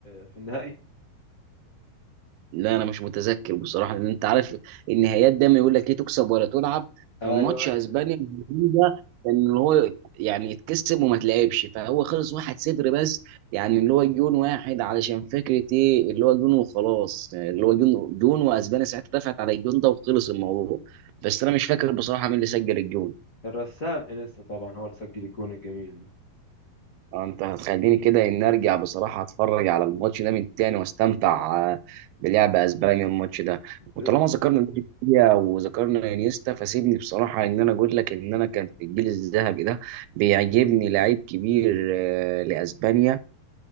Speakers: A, on the left; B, on the right.
A: في النهائي
B: لا انا مش متذكر بصراحه لان انت عارف النهايات دايما يقول لك ايه تكسب ولا تلعب
A: ايوه
B: فماتش اسبانيا ده ان هو يعني يتكسب وما تلعبش فهو خلص 1-0 بس يعني اللي هو جون واحد علشان فكره ايه اللي هو جون وخلاص اللي هو جون جون واسبانيا ساعتها دفعت على الجون ده وخلص الموضوع بس انا مش فاكر بصراحه مين اللي سجل الجون
A: الرسام انيستا طبعا هو اللي سجل الجون الجميل ده
B: آه، انت هتخليني كده ان ارجع بصراحه اتفرج على الماتش ده من تاني واستمتع آه، بلعب اسبانيا الماتش ده
A: ده
B: وطالما ذكرنا بيكيا وذكرنا انيستا فسيبني بصراحه ان انا اقول لك ان انا كان في الجيل الذهبي ده بيعجبني لعيب كبير آه، لاسبانيا